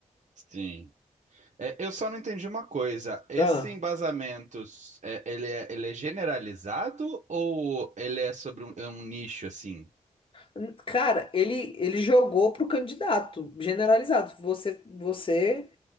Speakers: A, on the right (about 60°); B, on the left (about 40°).
A: Sim. É, eu só não entendi uma coisa. Esse
B: Ah.
A: embasamento, é, ele é, ele é generalizado ou ele é sobre um, é um nicho assim?
B: N- Cara, ele ele jogou pro candidato, generalizado. Você você